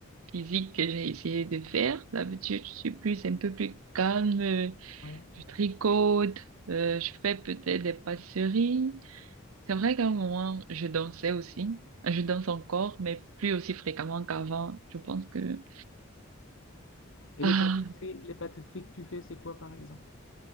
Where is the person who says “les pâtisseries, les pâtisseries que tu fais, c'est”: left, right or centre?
Left